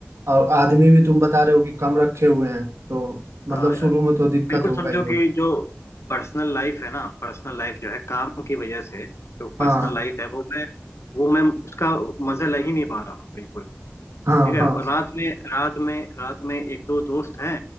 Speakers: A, on the right (about 85°); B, on the left (about 75°).
A: और आदमी भी तुम बता रहे हो कि कम रखे हुए हैं तो मतलब
B: हाँ यार
A: शुरू में तो दिक्कत
B: बिल्कुल
A: होगा
B: समझो
A: ही हो
B: कि जो पर्सनल लाइफ है ना पर्सनल लाइफ जो है काम की वजह से जो
A: हाँ
B: पर्सनल लाइफ है वो मैं वो मैं उसका मजा ले ही नहीं पा रहा हूँ बिल्कुल ठीक
A: हाँ
B: है
A: हाँ
B: और रात में रात में रात में एक दो दोस्त हैं